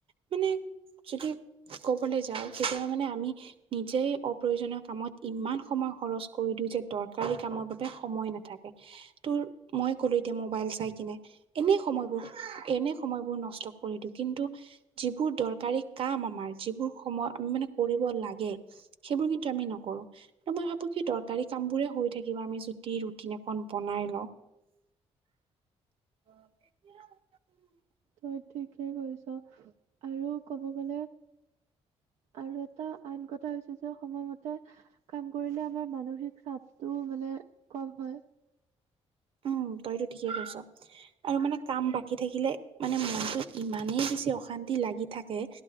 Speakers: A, on the right; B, on the right.
A: মানে যদি ক'বলে যাওঁ তেতিয়া মানে আমি নিজেই অপ্ৰয়োজনীয় কামত ইমান সময় খৰচ কৰি দিওঁ যে দৰকাৰী কামৰ বাবে সময় নেথাকে। মই ক'লো এতিয়া মো'বাইল চাই কিনে এনেই সময়বোৰ, এনেই সময়বোৰ নষ্ট কৰি দিওঁ কিন্তু যিবোৰ দৰকাৰী কাম আমাৰ যিবোৰ সময় আমি মানে কৰিব লাগে। সেইবোৰ কিন্তু আমি নকৰোঁ। ত' মই ভাবো কি দৰকাৰী কামবোৰে হৈ থাকিব আমি যদি ৰুটিন এখন বনাই লওঁ। <unintelligible>
B: তই ঠিকে কৈছ। আৰু ক'ব গ'লে আৰু এটা আন কথা হৈছে যে সময়মতে মতে কাম কৰিলে আমাৰ মানসিক চাপটো মানে কম হয়।
A: উম তই এইটো ঠিকেই কৈছ। আৰু মানে কাম বাকী থাকিলে মানে মনটো ইমানেই বেছি অশান্তি লাগি থাকে।